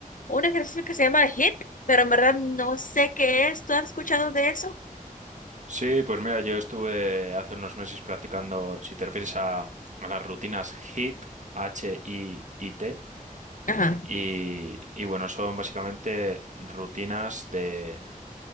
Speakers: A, on the left (about 65°); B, on the right (about 55°).
A: un ejercicio que se llama HIIT pero en verdad no sé qué es. ¿Tú has escuchado de eso?
B: Sí, pues mira, yo estuve hace unos meses practicando, si te refieres a, a las rutinas HIIT, H-I-I-T,
A: Ajá.
B: y, y bueno, son básicamente rutinas de,